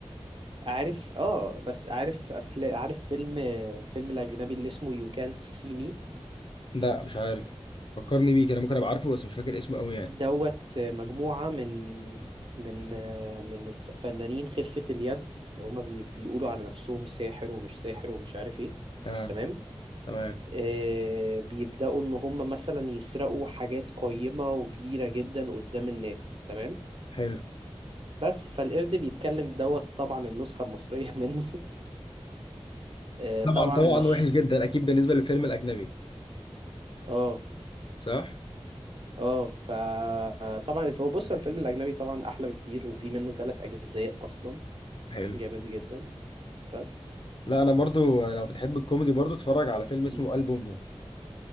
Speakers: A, on the right (about 60°); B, on the left (about 55°).
A: عارف اه بس عارف أفلا... عارف فيلم الفيلم الأجنبي اللي اسمه You Can't See Me
B: لا مش عارف فكرني بيه كده ممكن ابقى عارفه بس مش فاكر اسمه قوي يعني
A: دوت مجموعة من من من فنانين خفة اليد اللي هما بي... بيقولوا على نفسهم ساحر ومش ساحر ومش عارف ايه
B: اه
A: تمام
B: تمام
A: آه بيبدأوا ان هما مثلا يسرقوا حاجات قيمة وكبيرة جدا قدام الناس تمام
B: حلو
A: بس فالقرد بيتكلم دوت طبعا النسخة المصرية <laughs> منه آه طبعا
B: طبعا طبعا
A: مش
B: وحش جدا اكيد بالنسبه للفيلم الاجنبي
A: اه
B: صح
A: اه فطبعا الف... هو بص هو الفيلم الاجنبي طبعا احلى بكتير وفي منه ثلاث اجزاء اصلا
B: حلو
A: جامد جدا بس
B: لا انا برضو لو بتحب الكوميدي برضو اتفرج على فيلم اسمه
A: مم.
B: قلب امه